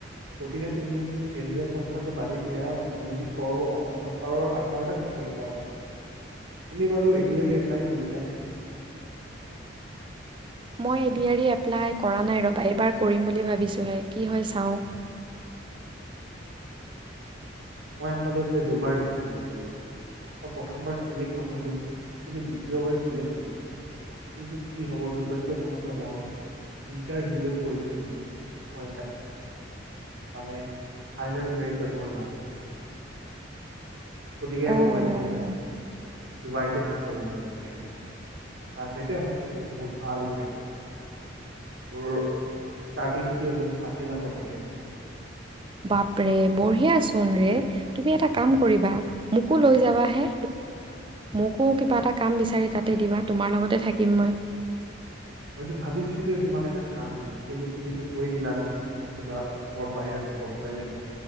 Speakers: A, on the right; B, on the right.
A: গতিকে তুমি কেন্দ্ৰীয় চৰকাৰটো বাদেই দিয়া মই যদি কওঁ অসম চৰকাৰৰ আডাৰতে থাকা। তুমি বাৰু। ক এপলাই কৰিছা নে।
B: মই এডিয়াৰি এপ্লাই কৰা নাই ৰবা এইবাৰ কৰিম বুলি ভাবিছোঁহে কি হৈ চাওঁ।। <inaudible>
A: মই আচলতে দুবাৰ দিছিলো এ ডি আৰ ই। মই প্ৰথমবাৰ চিলেক্ট নহলো কিন্তু দ্বিতীয়বাৰ চিলেক্ট হৈছিলো। কিন্তু কি হব দুৰ্ভাগ্যবশতঃ মই ইণ্টাৰভিউ ল গৈ পে। মই মান ফাইনেল মোৰ নাম। গতিকে
B: অ'
A: মই এতিয়া ডুবাইতে চাকৰিত গলো তাই। প্ৰাইভেটে হয় কিন্তু বহুত ভাল।
B: । <inaudible>
A: ষ্টাৰ্টিৱে মোক ষাঠি লাখৰ পেকেজ দিছিল।
B: বাপৰে বঢ়িয়া চোন ৰে তুমি এটা কাম কৰিবা মোকো লৈ যাবাহে। মোকো কিবা এটা কাম দিবা তোমাৰ লগতে থাকিম মই।
A: মইতো ভাবিছোৱেই তোমাক এটা কাম দিম কিন্তু তুমিতো কৈ দিলা নহও কাৰণ তোমাৰ অসমৰ বাহিৰত। ব ভয় লাগে।